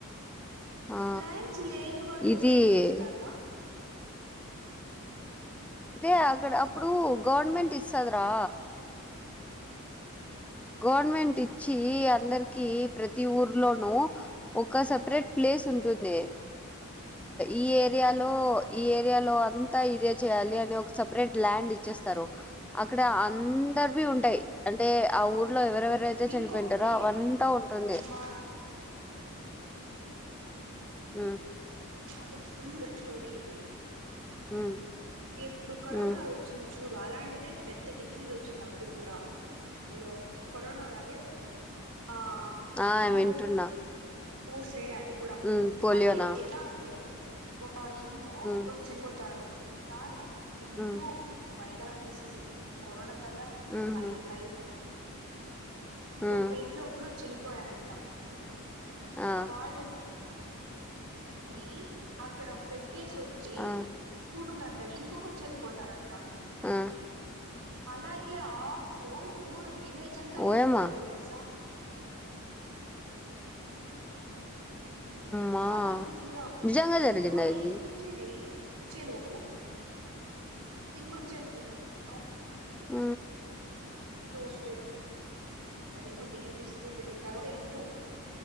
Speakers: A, in the centre; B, on the right.
A: ఆ
B: ల్యాండ్స్ లేని వాళ్ళు
A: ఇది
B: ఏం చేస్తార్రా
A: దే అక్కడ అప్పుడు గవర్నమెంట్ ఇస్తుధి రా గవర్నమెంట్ ఇచ్చి అందరికి ప్రతి ఊర్లోనూ ఒక సపరేట్ ప్లేస్ ఉంటుంది ఈ ఏరియాలో ఈ ఏరియాలో ఆన్ తా ఇదే చేయాలి అని ఒక సపరేట్ ల్యాండ్ ఇచ్చేస్తారు అక్కడ అందరువి ఉంటాయి అంటే ఆ ఊర్లో ఎవరెవరైతే
B: ఇంకొకటి
A: చనిపోయింటారో అవంతా ఉంటుంది
B: మా
A: ఉ
B: కదు ఫుల్డి స్టోరి ఇది
A: ఉమ్
B: ఎప్పుడు కరోనా
A: ఉమ్
B: వచ్చింది చూడు అలాంటిదే పెద్ద డిసీజ్ వచ్చింది అప్పుడు కూడా హలో కరోనా లా ఆ
A: ఆ
B: అమ్మమ్మ
A: వింటున్నా
B: ఊర్ సైడే అది కూడా
A: ఉమ్ పోలియోనా
B: అది ఎలా అంటే ఆ ఇంకా
A: ఉమ్
B: కొర్చ చెనిపోతారు కాద్ర ఫుల్
A: ఉమ్
B: భయంకరం డిసీస్ అది కరోనా కన్నా
A: ఉహు
B: హై హై హై
A: ఉమ్
B: ఒక్క ఇంట్లో ఒకరు చనిపోయారంట
A: ఆ
B: వాళ్ ని అక్కడ పెట్టేసోచ్చి
A: ఆ
B: కూర్ టంరూ ఇంకొకరు చనిపోతారంట
A: ఉమ్
B: అలాగే ఆఫ్ ఊర్ విలేజ్ అంతా వెళ్ళిపోయింది
A: ఓయమ్మా
B: తెలుసా
A: మా
B: అదేం డిసీజ్ అవడు
A: నిజంగా జరిగిందా
B: ఒక్క
A: ఇది
B: ఎప్పుడు చేసి వచ్చే లోపూ ఇంకోరు అనిపోయద అవు
A: ఆ
B: స్టోరీ అదేమో డిఎండిసస్ ఓ తెలిద్ తర్వాతళ్రూ